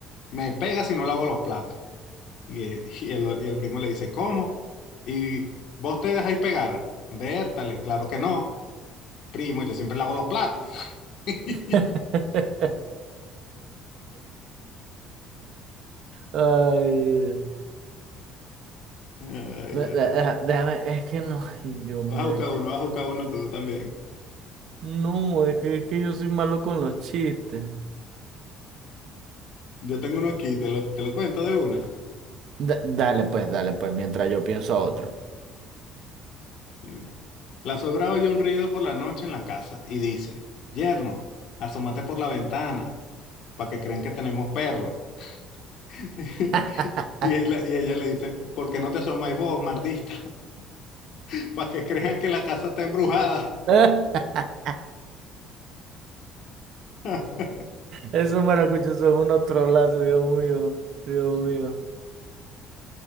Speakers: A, on the left; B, on the right.
A: me pega si no lavo los platos. Y, eh, y el, y el primo le dice, ¿cómo? ¿Y vos te dejáis pegar? Vértale, claro que no. Primo, yo siempre lavo los platos. <laughs>
B: <laughs> Ay,
A: Ay,
B: ve-
A: ay.
B: ve- deja- déjame, es que no, ay, Dios mío,
A: Vas a buscar
B: es que,
A: uno, vas a buscar uno tú también.
B: no, es que, es que yo soy malo con los chistes.
A: Yo tengo uno aquí, te lo, te lo cuento de una.
B: Da- dale pues, dale pues, mientras yo pienso otro.
A: Mira. La sogra oye un ruido por la noche en la casa y dice, Yerno, asómate por la ventana para que crean que tenemos perro. <laughs>
B: <laughs>
A: Y ella, y ella le dice, ¿por qué no te asomáis vos, mardista? <laughs> Para que crean que la casa está embrujada.
B: <laughs> Ese-
A: <laughs>
B: Esos maracuchos son un otro lazo, Dios mío, Dios mío.